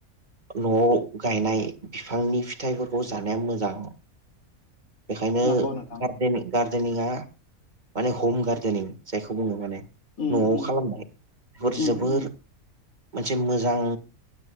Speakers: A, on the right; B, on the left.
A: न'आव गायनाय बिफांनि फिथाइफोरखौ जानाया मोजां
B: <inaudible>
A: बेखायनो
B: नंगौ नोंथां
A: गार्देनिं गार्देनिंआ माने हम गार्देनिं जायखौ बुङो माने
B: उम
A: न'आव
B: उम
A: खालामनाय बेफोर
B: उम
A: जोबोर
B: उम
A: मोनसे मोजां